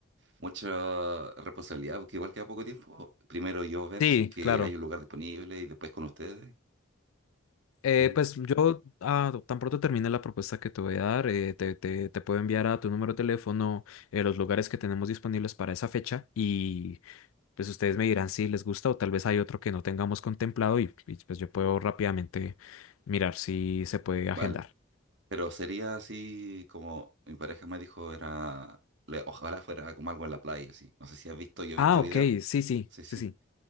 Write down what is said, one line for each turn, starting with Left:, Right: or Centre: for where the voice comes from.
Right: mucha responsabilidad, porque igual queda poco tiempo. Primero yo ver
Left: Sí,
Right: si es que
Left: claro.
Right: hay un lugar disponible y después con ustedes.
Left: Eh,
Right: Ujú.
Left: pues yo ah, tan pronto termine la propuesta que te voy a dar, eh, te, te, te puedo enviar a tu número de teléfono eh, los lugares que tenemos disponibles para esa fecha y pues ustedes me dirán si les gusta o tal vez hay otro que no tengamos contemplado y, y, pues yo puedo rápidamente mirar si se puede agendar.
Right: Vale, pero sería así como mi pareja me dijo, era, le- ojalá fuera como algo en la playa, así. No sé si has visto, yo he
Left: Ah,
Right: visto
Left: ok,
Right: videos,
Left: sí, sí,
Right: sí, sí.
Left: sí, sí,